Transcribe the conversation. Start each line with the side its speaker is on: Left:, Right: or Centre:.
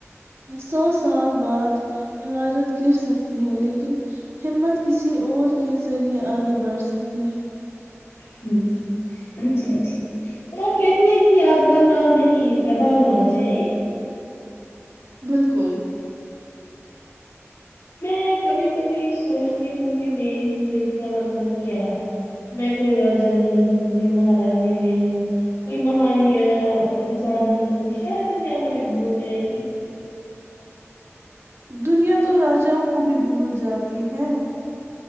Right: سو سال بعد عمارت گر سکتی ہے لیکن ہمت کسی اور کے ذریعے آگے بڑھ سکتی ہے
Left: ہ اچھا ٹھیک تو آپ کہتی ہیں کہ یادگار نام نہیں پربھا ہونا چاہیے
Right: بالکل
Left: میں کبھی کبھی سوچتی ہوں کہ میری زندگی کا مطلب کیا ہے میں کوئی راجا نہیں ہوں کوئی مہارانیانی نہیں ہوں کوئی مہان انسان نہیں ہوں شاید دنیا مجھے بھول جائے گی <unintelligible>
Right: دنیا تو راجاؤوں کو بھی بھول جاتی ہے